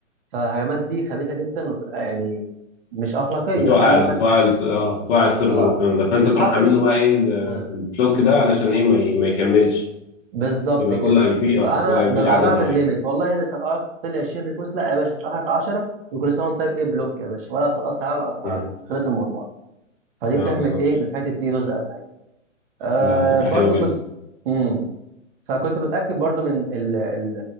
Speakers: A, on the right; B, on the left.
A: فالهجمات دي خبيثه جدا وبتبقى يعني مش اخلاقيه
B: بتوقع
A: فاهم اللي
B: ال-
A: هو يعني
B: بتوقع ال- اه بتوقع السيرفر
A: اه
B: والكلام ده فانت
A: الحركه
B: تروح عامل
A: دي
B: له بقى ايه ال-
A: مم.
B: البلوك ده علشان ايه ما ي- ما يكملش
A: بالظبط
B: يبقى
A: كده
B: كل اي بي اه
A: فانا
B: كل اي بي
A: ببقى
B: له عدد
A: بعمل
B: معين
A: ليميت والله اذا هتقعد تحط لي 20 ريكوست لا يا باشا اخرك 10 وكل سنه وانت طيب ايه بلوك يا باشا ولا تتاثر عليا ولا اثر
B: مم.
A: عليك خلص الموضوع فدي
B: اه
A: بتعمل
B: بالظبط
A: ايه من الحته دي جزء اتاك آه
B: ده فكرة
A: برضو
B: حلوة جدا
A: كنت امم فكنت متاكد برضو من ال... ال...